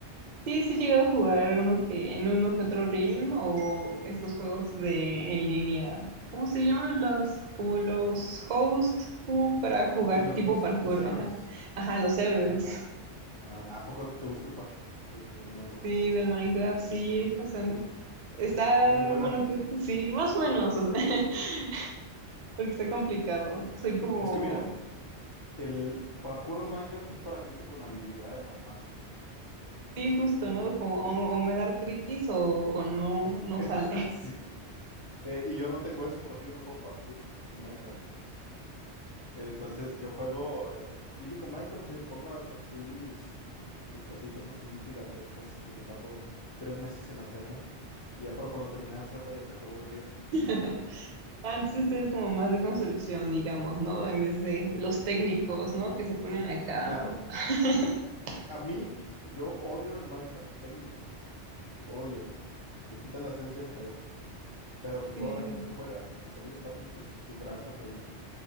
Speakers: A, on the right; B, on the left.
A: Sí, sí he llegado a jugar uno que, en uno que otro Realm o estos juegos de en línea. ¿Cómo se llaman los, como los hosts, como para jugar
B: Sí, los,
A: tipo
B: los,
A: parkour?
B: los servers.
A: Ajá, ajá, los servers.
B: Los servers. Ah, ¿a poco te gusta el parkour del- de, de Minecraft?
A: Sí, del Minecraft, sí, o sea, está,
B: Eres buena.
A: bueno, que, sí, más o menos, o sea, <laughs> porque está complicado. Soy como,
B: Es que mira, El parkour de Minecraft es para gente con habilidad en las manos.
A: sí, justo, ¿no? Como o, o me da artritis o, o no,
B: <laughs>
A: no sale.
B: Sí. Eh, y yo no tengo eso, por eso yo no juego parkour en Minecraft. Entonces yo juego eh, típico Minecraft, me pongo a construir mis, mis casitas así gigantescas que me tardo tres meses en hacerla. Ya para cuando terminé de hacerla ya se acabó el Rian.
A: <laughs> Antes ustedes es como más de construcción, digamos, ¿no? En vez de los técnicos, ¿no? Que se ponen acá.
B: Claro,
A: <laughs>
B: a mí yo odio el Minecraft técnico, lo odio, te quita la esencia del juego. Pero
A: Sí,
B: pues toda la gente lo juega y mis amigos hacen sus, sus granjas ahí.